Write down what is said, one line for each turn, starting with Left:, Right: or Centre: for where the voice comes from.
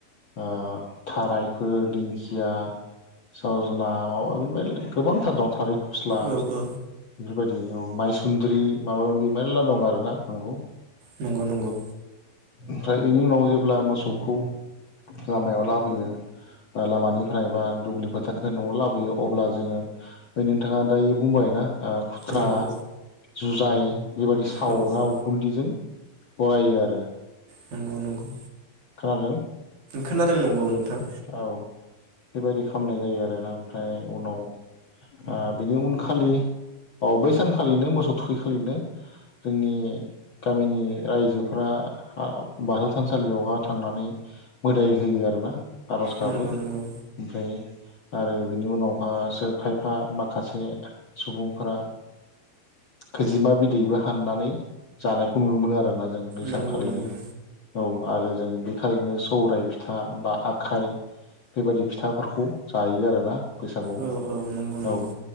Left: ओ थारायफोर दिंखिया सजना माबा माबि गोबांथार दं थारै। फस्ला
Right: औ औ
Left: बेफोरबाय दि औ मायसुन्द्रि माबा माबि मेरला दं आरो ना नंगौ
Right: नंगौ नंगौ
Left: ओमफ्राय बेनि उनाव जेब्ला मोसौखौ लामायाव लाबोयो ओ लामानिफ्राय बा दुब्लि फोथारनिफ्राय न'आव लाबोयो अब्ला जोङो बे नोंथाङा दायो बुंबाय ना ओ खुथ्रा,
Right: नंगौ
Left: जुजाइ बेबादि सावना
Right: औ औ
Left: उखुन्दैजों बरायो आरो
Right: नोंगौ नंगौ
Left: खोनादों
Right: खोनादों नंगौ नोंथां
Left: औ बेबायदि खालामनाय जायो आरोना ओमफ्राय उनाव ओ बिनि उनखालि औ बै सानखालिनो मोसौ थुखिखालिनो जोंनि गामिनि रायजोफोरा ओ बाथौ थानसालियावहा थांनानै मोदाय होयो आरोना आर'ज गाबो
Right: नंगौ
Left: ओमफ्राय
Right: नंगौ
Left: आरो बेनि उनावहा सोर खायफा माखासे सुबुंफोरा खैजिमा बिदैबो हाननानै जानायखौ नुनो मोनो आरोना। जों बै
Right: नंगौ
Left: सानखालिनो।
Right: नंगौ
Left: औ आरो जों बे खालिनो सौराय फिथा बा आखाइ बेबायदि फिथाफोरखौ जायो आरोना। बैसागुआव
Right: औ औ नंगौ नंगौ
Left: औ